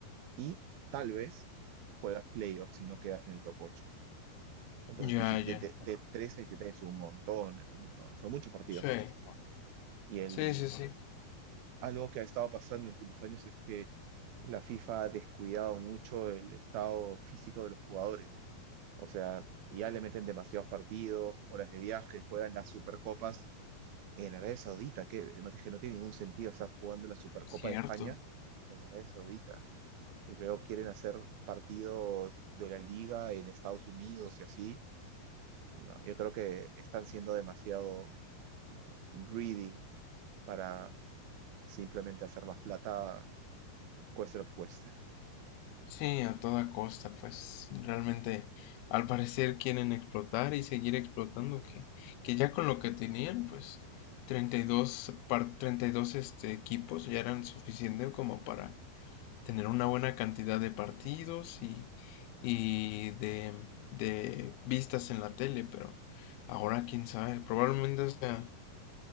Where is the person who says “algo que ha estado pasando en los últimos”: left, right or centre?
Right